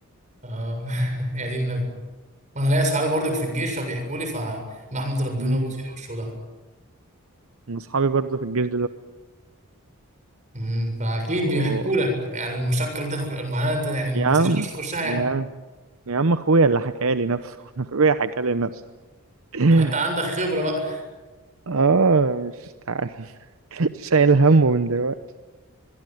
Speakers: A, on the right (about 35°); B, on the right (about 65°).
A: اه <laughs> يا دين النبي وانا ليا صحابي برضك في الجيش فبيحكوا لي فبحمد ربنا
B: <laughs> مم.
A: وبوس ايده وشه
B: من اصحابي برضه في الجيش
A: امم فاكيد
B: دلوقتي
A: بيحكوا لك يعني المشقه اللي انت تخش المعاناه اللي انت يعني
B: يا عم
A: بس مش نفسك تخشها يعني
B: يا يا عم اخويا اللي حكى لي نفسه <laughs> اخويا حكى لي نفسه <laughs>
A: <laughs> انت عندك خبره بقى
B: اه مش تعال <laughs> شايل همه من دلوقتي